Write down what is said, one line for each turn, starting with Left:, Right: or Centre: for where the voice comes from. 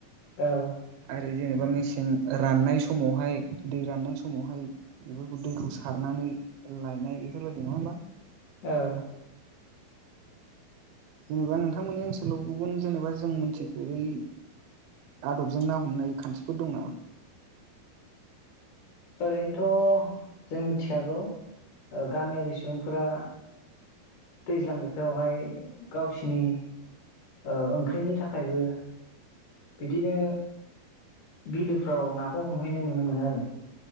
Left: औ।
Right: आरो जेनेबा मेसें राननाय समावहाय दै राननाय समावहाय। बेफोरखौ दैखौ सारनानै लायनाय बेफोरबायदि नङा होमबा।
Left: औ।
Right: जेनेबा नोंथांमोननि ओनसोलाव गुबुन जेनेबा जों मोनथिफेरै। आद'बजों ना हमनाय खान्थिफोर दं नामा?
Left: ओरैनोथ' जों मिथिखागौ ओ गामियारि सुबुंफोरा। दैज्लां बोथोरावहाय गावसिनि ओ ओंख्रिनि थाखायबो। बिदिनो बिलोफ्राव नाखौ हमहैनाय नुनो मोनो आरो।